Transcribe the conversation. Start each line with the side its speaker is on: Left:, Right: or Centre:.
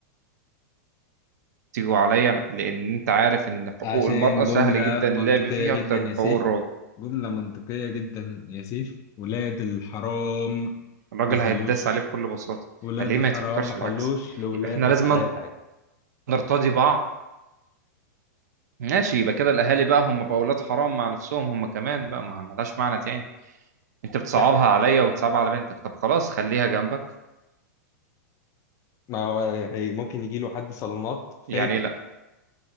Right: تيجوا عليا لأن أنت عارف إن حقوق
Left: عشان
Right: المرأة
Left: جملة
Right: سهل جدا اللعب
Left: منطقية
Right: فيها
Left: جدا
Right: أكتر
Left: يا
Right: من
Left: سيف
Right: حقوق الراجل
Left: جملة منطقية جدا يا سيف ولاد الحرام
Right: الراجل
Left: ما خلوش
Right: هيتداس عليه بكل بساطة
Left: ولاد
Right: فليه
Left: الحرام
Right: ما يتفكرش
Left: ما خلوش
Right: العكس
Left: لولاد
Right: يبقى إحنا لازم
Left: الحلال حاجة
Right: نرتضي بعض ماشي يبقى كده الأهالي بقى هم بقى أولاد حرام مع نفسهم هم كمان بقى ما ملهاش معنى تاني أنت بتصعبها
Left: لا
Right: عليا وبتصعبها على بنتك طب خلاص خليها جنبك
Left: ما هو هي ممكن يجي له حد صالونات فاجر
Right: يعني إيه لأ